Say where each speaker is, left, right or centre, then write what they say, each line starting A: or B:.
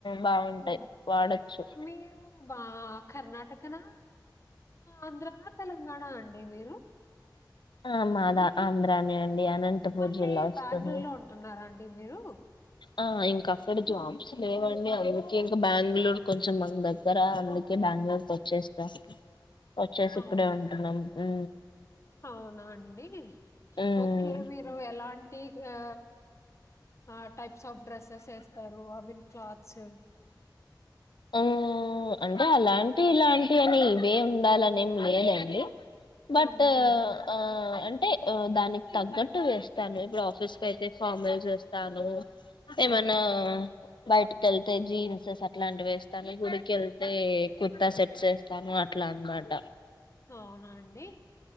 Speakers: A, on the left; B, on the left.
A: బాగుంటాయి
B: హ్మ్.
A: వాడొచ్చు
B: మీరు బా కర్ణాటకనా? ఆంధ్రానా? తెలంగాణ అండి మీరు?
A: ఆ మాదా ఆంధ్రా నే అండి అనంతపూర్
B: మళ్ళీ
A: జిల్లా వస్తుంది
B: బ్యాంగ్ ళూరు లో ఉంటున్నారా అండి మీరు
A: ఆ ఇంకా అక్కడ జాబ్స్ లేవండి అందుకే ఇంకా బ్యాంగ్ ళూరు కొంచెం మకు దగ్గర అందుకే బ్యాంగ్ ళూరుకి వచ్చేస్తా వచ్చేసి
B: అవును.
A: ఇక్కడే ఉంటున్నాం ఉ
B: అవునా అండి
A: ఉమ్
B: ఓకే మీరు ఎలాంటి ఆ ఆ టైప్స్ ఆఫ్ డ్రెస్సెస్ ఏస్తారు అబిన్ క్లాత్సూ
A: హ్మ్. అంటే అలాంటి ఇలాం వని ఇవే ఉండాలని ఏం లేదండి బట్
B: ఐ మీన్
A: ఆ అంటే దానికి తగ్గట్టు వేస్ త్తాను ఇప్పుడు ఆఫీస్ కెల్తే అయితే ఫార్మల్ జేస్తాను
B: హ్మ్.
A: ఏమన్నా బైయటి కెల్తే జీన్స్ సెస్ ఇట్లాంటి వేస్తాను అయితే కుర్తా సెట్ చేస్తాను అట్లా అనమాట
B: అవునా అండి